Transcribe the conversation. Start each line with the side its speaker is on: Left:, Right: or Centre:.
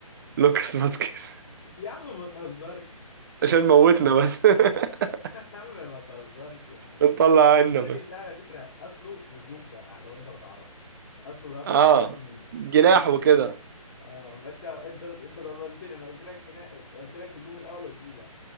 Right: <laughs> لوكاس فاسكيز
Left: يا عم ما تهزرش
Right: عشان موتنا بس <laughs>
Left: <laughs> يا عم ما تهزرش يا عم
Right: نطلع
Left: بعدين
Right: عنا
Left: الراجل
Right: بس
Left: ده على فكرة أصله هجوم بقى لو أنت ما تعرفش أصله أصلا
Right: اه
Left: جناح يمين
Right: جناح وكده
Left: أه فأنت أنت أنت ضللتني أنا قلت لك جناح قلت لك هجوم الأول وقلت لي لا